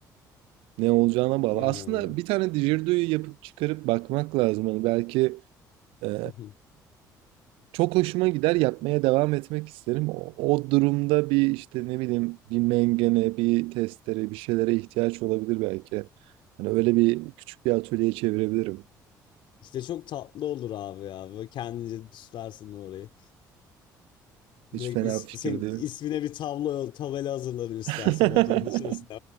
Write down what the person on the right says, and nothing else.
ne olacağına bağlı.
Aslında bir tane didgeridoo'yu yapıp çıkarıp bakmak lazım. Hani belki e,
Çok hoşuma gider yapmaya devam etmek isterim. O, o durumda bir işte ne bileyim bir mengene, bir testere, bir şeylere ihtiyaç olabilir belki. Hani öyle bir küçük bir atölyeye çevirebilirim.
Hiç
fena
fikir
değil.
<laughs>